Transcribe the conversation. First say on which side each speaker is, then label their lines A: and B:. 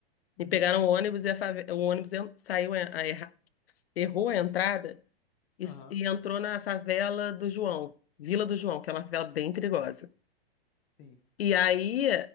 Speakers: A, on the left; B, on the left.
A: Uhum.
B: e pegaram o ônibus e a fave- o ônibus en- saiu, a- a erra- errou a entrada. e,
A: Aham.
B: e entrou na favela do João, Vila do João, que é uma favela bem perigosa.
A: Sim.
B: E aí,